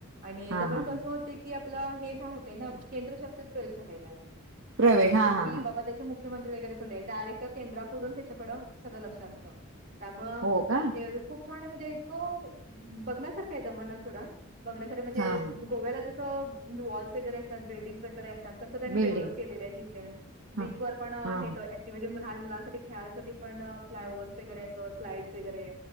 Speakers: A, on the right (about 40°); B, on the right (about 65°).
A: आणि
B: हां,
A: दमण
B: हां,
A: कसं
B: हां.
A: होत की की आपल हे राहतय ना केंद्रशासित प्रदेश राहायला आहे
B: प्रवेश. हां,
A: जो
B: हां,
A: की
B: हां.
A: बाबा त्याच्या मुख्यमंत्री वगैरे कोण नाही डायरेक्ट केंद्राकडून त्याच्याकडं सगळं लक्ष असतं. त्यामूळ
B: हो का?
A: हे खूप छान ये म्हणजे इतकं बघण्यासारखं आहे दमण सोडा बघण्यासारख म्हणजे
B: हां, हां.
A: गोव्याला जसं वॉल्स वगैरे असतात बिल्डिंगस वगैरे असता त्यात तस त्यांनी
B: बिल्डिंग.
A: डेव्हलप केलेल आहे तिथं
B: हां,
A: बीचवर पण
B: हां,
A: हिथ
B: हां.
A: ऍक्टिव्हिटी लहान मुलांसाठी खेळायसाठी पण फ्लाय ओव्हर्स वगैरे अस स्लाइडस वगैरे